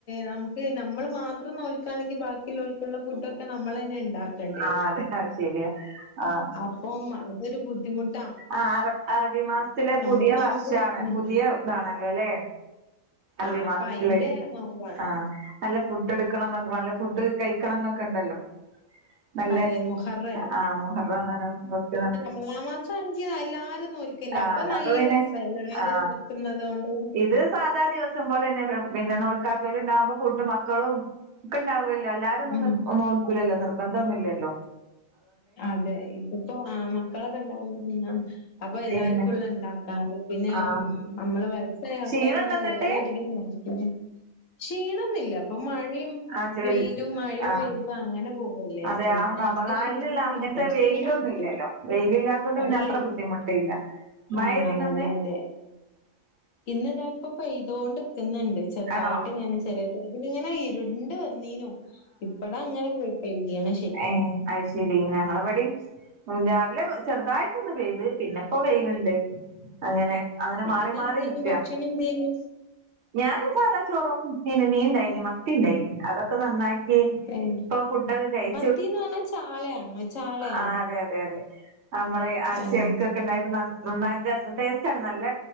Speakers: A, on the left (about 70°); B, on the right (about 60°).
A: നമു- ക്ക് നമ്മൾ മാത്രം നോൽക്കുകയാണെങ്കിൽ ബാക്കിയുള്ളൊക്കുള്ള ഫുഡോ- കെ നമ്മൾ ന്നെ ണ്ടാക്കണ്ടേ
B: ആ അതെ അത് ശരിയാ ആ
A: അപ്പം അതൊരു ബുദ്ധിമുട്ട്
B: ആ അറബ അറബി മാസത്തിലെ പുതിയ
A: നമ്മള് നോമ്പ്
B: വർഷാണ്
A: ഉം
B: പുതിയ താണല്ലോ ല്ലേ അറബി
A: ആഹ്
B: മാസത്തില്
A: അപ്പൊ അയിന്റെ നോമ്പാണ്.
B: ആ നല്ല ഫുഡ് എടുക്കണം എന്നൊക്ക നല്ല ഫുഡ് കഴി- ക്കണം എന്നൊക്കെ ണ്ടല്ലോ നല്ല
A: അതെ മുഹറല്ലേ
B: ആഹ് മുഹറം <unintelligible>
A: മളാ മാസം അണങ്കി എല്ലാരും നോൽക്കില്ല
B: ആ
A: അപ്പൊ നല്ല
B: പിന്നെ
A: രസ എല്ലാരും
B: ആ
A: നോൽക്കുന്നുന്നത് കൊണ്ട്.
B: ഇത് സാധാ ദിവസം പോല തന്നെ പിന്നെ നോൽക്കാതോല്ണ്ടാവക്പോ ഫുഡ് മക്കളും ഒക്ക ഇണ്ടാവല്ലോ എല്ലാരും ഒന്നും
A: ഉം
B: നോൽക്കൂലല്ലോ നിർബന്ധം ഒന്നുംല്ലല്ലോ
A: അതെ ഇതിപ്പോ ആ മക്കളെ- ന്ന അപ്പൊ
B: പിന്നെ
A: എല്ലാർക്കുംള്ള ഉണ്ടാക്കാറ് പിന്നെ
B: ആ
A: നമ്മള് - വയസ്സായആൾക്കാരണ്ടാകു
B: ക്ഷീണം ഉണ്ടോ എന്നിട്ട്
A: ഓരോ അധികം നയിക്കും ക്ഷീണന്നില്ല അപ്പൊ മഴയും
B: ആ ചെൽ
A: വെയിലും മഴയും
B: ആ
A: വെയിലും അങ്ങനെ പോകല്ലേ
B: അതെ
A: അപ്പൊ
B: ആ റമളാനിലുള്ള
A: അധിക ക്ഷീ- ഉ
B: അങ്ങനത്തെ
A: ഇല്ല ക്ഷീണം
B: വെയിലൊന്നും
A: പിടിക്കുല്ല
B: ഇല്ലല്ലോ വെയിലില്ലാത്തോണ്ട് പിന്നെ
A: ഇല്ല
B: അത്ര ബുദ്ധിമുട്ടില്ല
A: ഇല്ല
B: മഴ
A: ആഹ്
B: പെയ്തീനോ
A: അതെ
B: ഇന്ന്
A: അതെ
B: <inaudible>
A: ഇന്ന് ദാ ഇപ്പൊ പെയ്തോണ്ട്ക്കുന്നുണ്ട് ചെറുതായിട്ട്
B: ആണോ
A: ങ്ങനെ ചെറിയ- അതിലിങ്ങനെ ഇരുണ്ട് വന്നീനു ഇപ്പഴാ അങ്ങനെ പോയി കഴുകിയാണ്.
B: ഏ അയിശെ ശെരി ഞങ്ങളവിടേം രാവിലെ ചെറുതായിട്ടൊന്ന് പെയ്ത് പിന്നെപ്പോ വെയില്ണ്ട്. അങ്ങനെ അങ്ങനെ മാറി
A: ഇന്നെന്തേനു
B: മാറി നിക്ക
A: ഭക്ഷണം എന്തേനു?
B: ഞാൻ സാദാ ചോറും പിന്നെ മീന്ണ്ടായിനി മ- ത്തി ഇണ്ടായ്നി അതൊക്കെ നന്നാക്കി
A: ഏഹ്
B: ഇപ്പൊ ഫുഡൊക്കെ കഴി
A: മത്തീന്ന് പറഞ്ഞാ ചാളയാണോ മ ചാളയാണോ
B: ആഹ് അതെ അതെ അതെ നമ്മള് ആ
A: ഏഹ്
B: ചെൾക്കൊക്കെ ഉണ്ടായിക്ക്ന്ന ന <unintelligible> ടേസ്റ്റ്ആണ് നല്ല